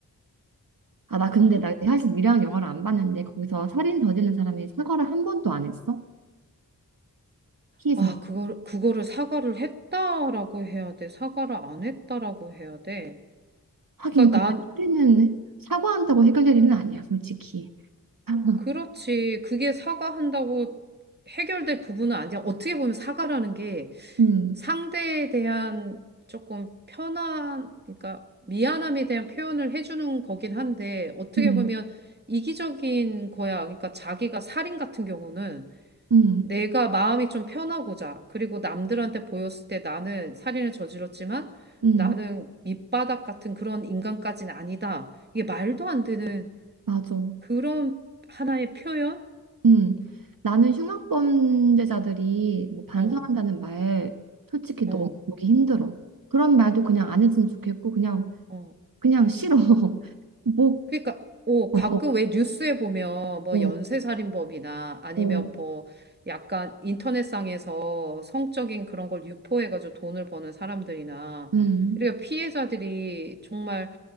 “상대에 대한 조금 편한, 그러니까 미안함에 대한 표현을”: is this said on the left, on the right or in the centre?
Right